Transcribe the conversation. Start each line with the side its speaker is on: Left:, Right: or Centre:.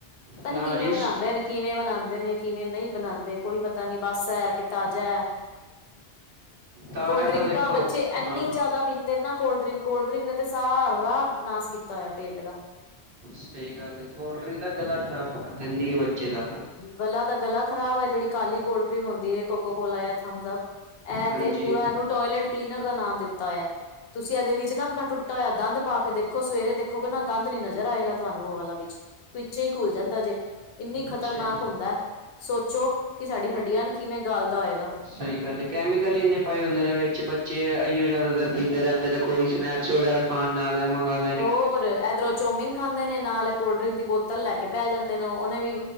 Left: ਪਤਾ
Right: ਨਾ
Left: ਨੀ ਕਿਵੇਂ
Right: ਜੀ
Left: ਬਨਾਂਦੇ ਨੇ, ਕਿਵੇਂ ਬਨਾਂਦੇ ਨੇ। ਕਿਵੇਂ ਨਹੀਂ ਬਨਾਂਦੇ, ਕੋਈ ਪਤਾ ਨੀ ਬੱਸ ਐ ਕੇ ਤਾਜ਼ਾ ਐ।
Right: ਤਾਜ਼ਾ
Left: ਕੋਲ-ਡਰਿੰਕਾਂ
Right: ਤਾਂ ਦੇਖੋ
Left: ਬੱਚੇ ਐਂਨੀ
Right: ਹਾਂ
Left: ਜ਼ਿਆਦਾ ਪੀਂਦੇ ਨਾ ਕੋਲਡਰਿੰਕ, ਕੋਲਡਰਿੰਕ ਨੇ ਤੇ ਸਾਰਾ ਨਾਸ ਕੀਤਾ ਹੋਇਆ ਪੇਟ ਦਾ।
Right: ਸਹੀ ਗੱਲ ਹੇ, ਕੋਲਡ ਡ੍ਰਿੰਕ ਦਾ ਗਲਾ ਖ਼ਰਾਬ ਕਰ ਦਿੰਦੀ ਹੈ ਬੱਚੇ ਦਾ।
Left: ਗਲਾ ਦਾ ਗਲਾ ਖਰਾਬ ਹੈ, ਜਿਹੜੀ ਕਾਲੀ ਕੋਲਡ ਡਰਿੰਕ ਹੁੰਦੀ ਹੈ। ਕੋਕੋ ਕੋਲਾ ਜਾਂ ਥਮਸ ਅਪ ਇਹ
Right: ਹਾਂਜੀ
Left: ਤੇ ਪੂਰਾ, ਇਹਨੂੰ ਟੋਇਲੇਟ ਕਲੀਨਰ ਦਾ ਨਾਮ ਦਿੱਤਾ ਹੈ। ਤੁਸੀਂ ਏਦੇ ਵਿੱਚ ਨਾ ਆਪਣਾ ਟੁੱਟਾ ਹੋਇਆ ਦੰਦ ਪਾ ਕੇ ਦੇਖੋ, ਸਵੇਰੇ ਦੇਖੋਗੇ ਨਾ ਦੰਦ ਨੀ ਨਜ਼ਰ ਆਏਗਾ ਤੁਆਨੂੰ ਓ ਵਾਲਾ ਵਿੱਚ ਵਿੱਚ ਹੀ ਘੁਲ ਜਾਂਦਾ ਜੇ, ਇੰਨੀ ਖਤਰਨਾਕ
Right: ਅੱਛਾ ਜੀ
Left: ਹੁੰਦੈ, ਸੋਚੋ ਕਿ ਸਾਡੀ ਹੱਡੀਆਂ ਨੂੰ ਕਿਵੇਂ ਗਾਲ ਦਾ ਹੋਏਗਾ
Right: ਸਈ ਗੱਲ ਹੈ, ਕੈਮੀਕਲ ਈ ਇੰਨੇ ਪਾਏ ਹੁੰਦੇ ਨੇ ਵਿੱਚ, ਬੱਚੇ ਏਈਓ ਜ਼ਿਆਦਾਤਰ ਪੀਂਦੇ ਰਹਿੰਦੇ ਨੇ, ਕੋਈ ਸਨੈਕਸ ਵਗੈਰਾ ਹਾਂ, ਨਾਲੈ ਏਹ ਮੰਗਾਲਾ
Left: ਹੋਰ, ਏਧਰੋਂ ਚੋਮਿਨ ਖਾਂਦੇ ਨੇ, ਨਾਲ ਏ ਕੋਲਡ-ਡਰਿੰਕ ਦੀ ਬੋਤਲ ਲੈਕੇ ਬੈ ਜਾਂਦੇ ਨੇ, ਓਨੇ ਵੀ